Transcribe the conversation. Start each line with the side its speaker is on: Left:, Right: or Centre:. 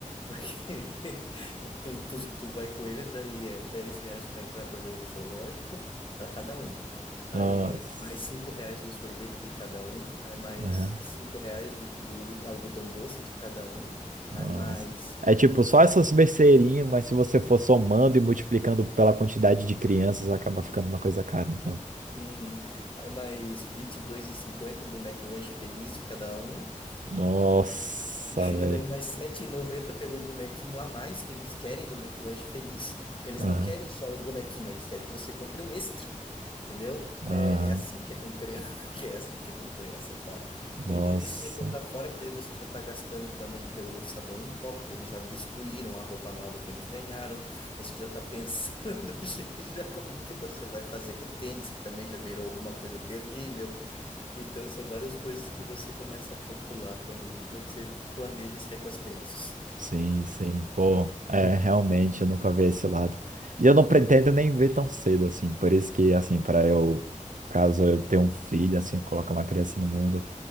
Left: Porque <laughs> tu, tu, tu vai com eles, daí é 10 reais para entrar para ver o zoológico, para cada um. Aí
Right: Nossa,
Left: mais 5 reais do sorvete de cada um, aí mais
Right: aham,
Left: 5 reais do, do algodão doce de cada um,
Right: nossa.
Left: aí mais
Right: É tipo
Left: vinte
Right: só essas besteirinhas, mas se você for somando e multiplicando pela quantidade de crianças, acaba ficando uma coisa cara. Então,
Left: uhum, aí mais vinte e dois e cinquenta do McLanche Feliz de cada um,
Right: nossa,
Left: E
Right: velho.
Left: daí mais sete e noventa pelo bonequinho a mais que eles querem do McLanche Feliz, porque eles
Right: Aham,
Left: não querem só o bonequinho, eles querem que você compre um extra. Entendeu?
Right: aham.
Left: É, é assim que é com criança, <laughs> que é assim que é com criança, tá?
Right: Nossa,
Left: E- e Isso sem contar fora que daí você já tá gastando também pelo sabão em pó, porque eles já destruíram a roupa nova que eles ganharam. Você já tá pensando <laughs> já como que você vai fazer com o tênis, que também já virou alguma coisa terrível. Então, são várias coisas que você começa a calcular quando você planeja sair com as crianças.
Right: Sim, sim, pô, é, realmente, eu nunca vi esse lado. E eu não pretendo nem ver tão cedo, assim, por isso que, assim, para eu, caso eu tenha um filho, assim, colocar uma criança no mundo,